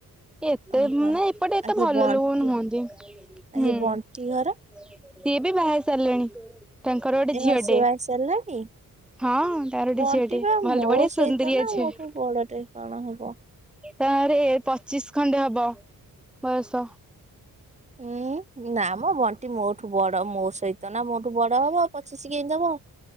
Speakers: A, in the centre; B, on the right.
A: ଏତେ
B: ଓହୋ।
A: ମାନେ ଏପଟେ ଏତେ
B: ଆଉ ସେ
A: ଭଲ
B: ବଣ୍ଟି
A: ଲୋକ ନୁହନ୍ତି ହୁଁ।
B: ଆଉ ସେ ବଣ୍ଟି ଘର
A: ସିଏ ବି ବାହାହେଇସାରିଲେଣି ତାଙ୍କର ଗୋଟେ
B: ଏ
A: ଝିଅ
B: ବା ସେ
A: ଟେ।
B: ବାହା ହେଇ ସାରିଲାଣି?
A: ହଁ ତାରଟେ ଗୋଟେ
B: ବଣ୍ଟି
A: ଝିଅଟେ
B: ବା
A: ଭଲ
B: ମୋ
A: ବଢିଆ
B: ସହିତ
A: ସୁନ୍ଦରୀ ଆଝିଅଟେ।
B: ନା ମୋଠୁ ବଡଟେ କଣ ହବ?
A: ତାରେ ପଚିଶ ଖଣ୍ଡେ ହବ ବୟସ।
B: ଉୁଁ ନା ମ ବଣ୍ଟି ମୋଠୁ ବଡ ମୋ ସହିତ ନା ମୋଠୁ ବଡ ହବ ପଚିଶ କେମିତି ହବ